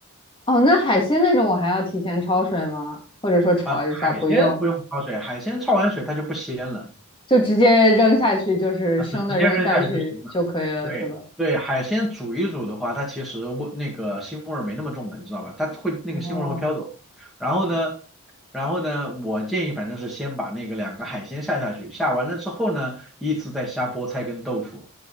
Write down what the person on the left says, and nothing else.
哦，那海鲜那种我还要提前焯水吗？或者说炒一下不用？
就直接扔下去，就是生的扔下去就可以了，
是吧？
哦